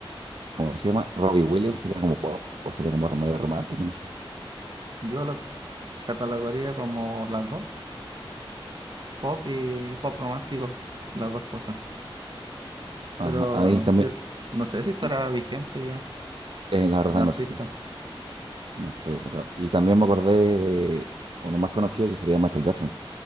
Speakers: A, on the right; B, on the right.
A: ¿cómo se llama? Robbie Williams sería como pop o sería como medio romántico, no sé.
B: Yo lo catalogaría como las dos, pop y pop romántico, las dos cosas.
A: Ajá,
B: Pero
A: ahí también,
B: sí, no sé si estará
A: y-
B: vigente ya
A: eh, la verdad
B: el artista.
A: no sé, no sé, pero... Y también me acordé de uno más conocido que sería Michael Jackson,